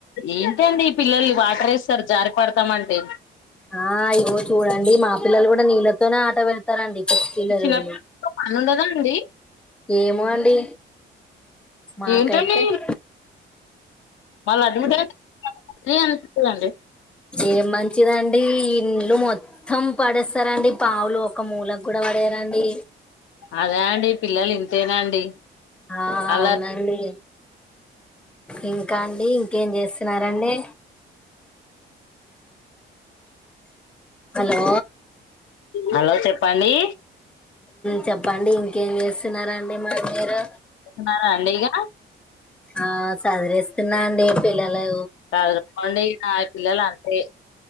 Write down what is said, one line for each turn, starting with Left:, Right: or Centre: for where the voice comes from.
Left: ఏంటండి ఈ పిల్లల్లు వాటరేస్తారు జారి పడుతామంటే
Centre: ఆ ఇగో చూడండి మా పిల్లలు కూడా నీళ్ళతోనే ఆట వెడ్ స్తారండి పసి పిల్లళ్ళు
Left: చిన్న పని ఉండదా అండి
Centre: ఏమె అండి మాకైతే
Left: ఏంటండి మళ్ళ అడ్మిట్ రీ కదండి
Centre: ఏం మంచిదండీ ఇండ్లు మొత్తం పడేస్తరండి పావులు ఒక మూలకు కూడా పడేయరండి
Left: అదే అండి పిల్లలు ఇంతేన అండి
Centre: ఆ
Left: అలా
Centre: అవునండి ఇంకా అండి ఇంకేం చేస్తున్నారండి హలో
Left: హలో చెప్ పండీ
Centre: చెప్పండి ఇంకేం చేస్తున్నరండి మారీ మీరు
Left: న్నారా అండి ఇక
Centre: ఆ సాదిరే తిన్నా అండి పిల్లలో
Left: చదుకోండి ఇక పిల్లలు అంతే